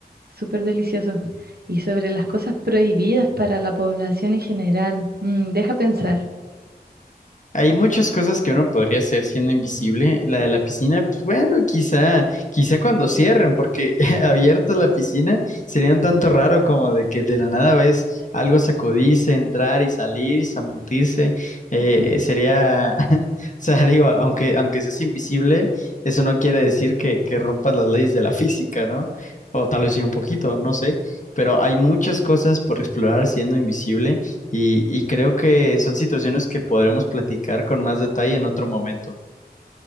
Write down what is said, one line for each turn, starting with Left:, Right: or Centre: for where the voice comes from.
Right: súper delicioso y sobre las cosas prohibidas para la población en general. Mm, deja pensar.
Left: Hay muchas cosas que uno podría hacer siendo invisible. La de la piscina, pues bueno, quizá, quizá cuando cierren, porque <laughs> abierta la piscina sería un tanto raro como de que de la nada ves algo sacudirse, entrar y salir, zambutirse. Eh,
Right: <laughs>
Left: sería, <laughs> o sea, digo, aunque, aunque seas invisible, eso no quiere decir que, que rompas las leyes de la física, ¿no? O tal vez sí un poquito, no sé. Pero hay muchas cosas por explorar siendo invisible. Y, y creo que son situaciones que podremos platicar con más detalle en otro momento.